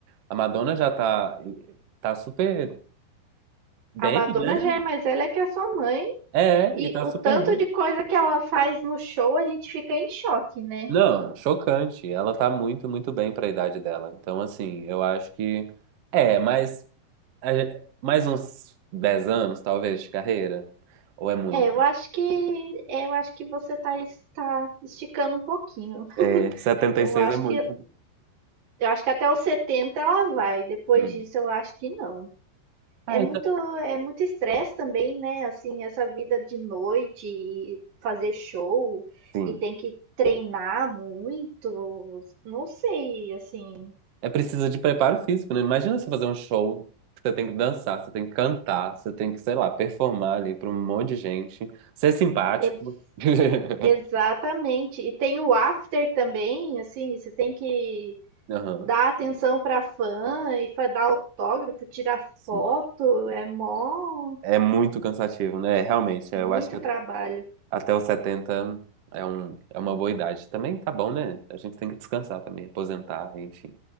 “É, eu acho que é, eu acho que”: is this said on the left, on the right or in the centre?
Right